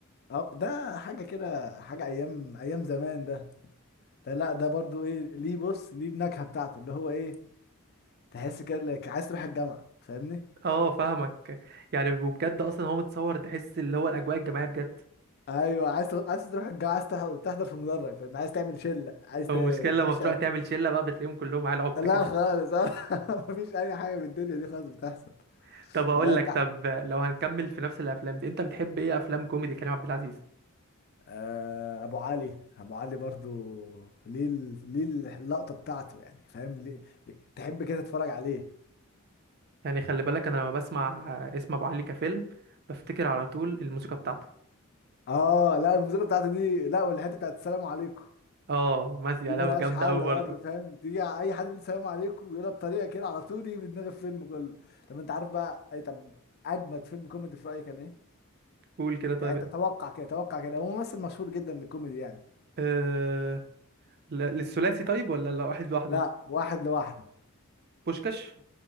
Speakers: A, on the left; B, on the right.
A: اه ده حاجه كده حاجه ايام ايام زمان ده ده لا ده برضو ايه ليه بص ليه النكهه بتاعته اللي هو ايه تحس كده انك عايز تروح الجامعه فاهمني
B: اه فاهمك يعني وبجد اصلا هو متصور تحس اللي هو الاجواء الجماعيه بجد
A: ايوه عايز تر- عايز تروح الجامعه عايز تح- تحضر في مدرج فاهمني عايز تعمل شله عايز
B: هو
A: ت-
B: المشكله لما
A: تعيش
B: بتروح تعمل شله بقى بتلاقيهم كلهم على عبط
A: لا
B: كده
A: خالص اه <laughs> مفيش اي حاجه من الدنيا دي خالص بتحصل
B: <laughs> طب اقول
A: لا انت
B: لك طب لو هنكمل في نفس الافلام دي انت بتحب ايه افلام كوميدي كريم عبد العزيز
A: آه ابو علي ابو علي برضو ليه ال- ليه اللقطه بتاعته يعني فاهم ليه ليه- تحب كده تتفرج عليه
B: يعني خلي بالك انا لما بسمع آه، اسم ابو علي كفيلم بفتكر على طول الموسيقى بتاعته
A: اه لا الموسيقى بتاعته دي لا والحته بتاعت السلام عليكم
B: اه مازية
A: دي
B: لو
A: ملهاش
B: جامده
A: حل
B: قوي برضه
A: برضه فاهم دي اي حد بيقول سلام عليكم ويقولها بطريقه كده على طول يجي في دماغ الفيلم كله طب انت عارف بقى اي طب اجمد فيلم كوميدي في رايك كان ايه
B: قول كده طيب
A: يعني
B: انت
A: تتوقع كده توقع كده هو ممثل مشهور جدا للكوميدي يعني
B: أه... لا- للثلاثي طيب ولا لا واحد لوحده
A: لا واحد لوحده
B: بوشكاش